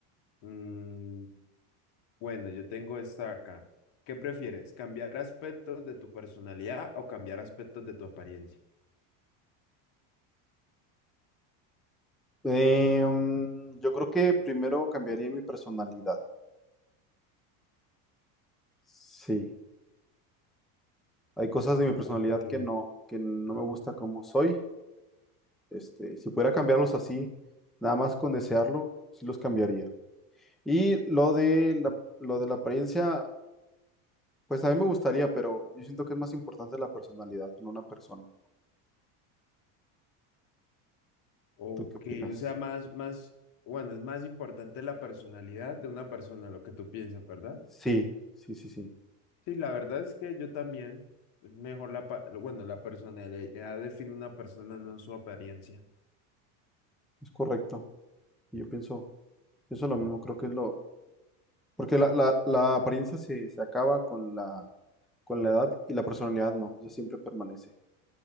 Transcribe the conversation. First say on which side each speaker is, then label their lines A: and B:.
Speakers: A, on the left; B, in the centre.
A: Mm, bueno, yo tengo esta acá. ¿Qué prefieres? ¿Cambiar aspectos de tu personalidad o cambiar aspectos de tu apariencia?
B: Em, yo creo que primero cambiaría mi personalidad. Sí, hay cosas
A: O-
B: de mi personalidad
A: ok.
B: que no, que no me gusta como soy. Este, si pudiera cambiarlos así, nada más con desearlo, sí los cambiaría. Y lo de la, lo de la apariencia, pues a mí me gustaría, pero yo siento que es más importante la personalidad, no una persona.
A: Ok,
B: ¿Tú qué opinas?
A: o sea, más, más, bueno, es más importante la personalidad de una persona, lo que tú piensas, ¿verdad?
B: Sí, sí, sí, sí,
A: Sí, la verdad es que yo también, mejor la, pa- bueno, la personalidad define una persona, no su apariencia.
B: es correcto. Y yo pienso, pienso lo mismo, creo que es lo... Porque la, la, la apariencia se, se acaba con la, con la edad y la personalidad no, ya siempre permanece.